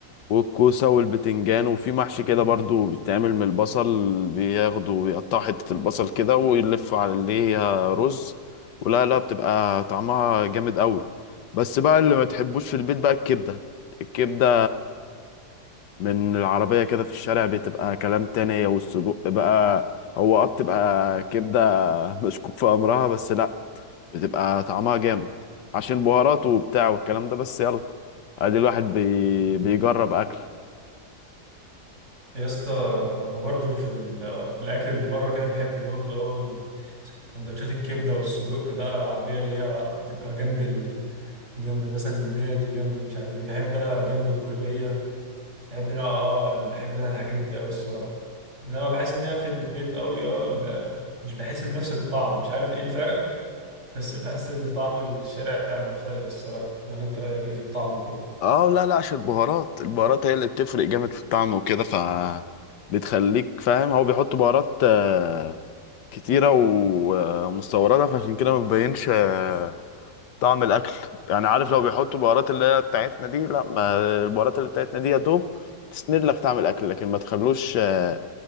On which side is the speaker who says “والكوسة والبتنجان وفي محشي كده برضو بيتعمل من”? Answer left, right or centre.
Left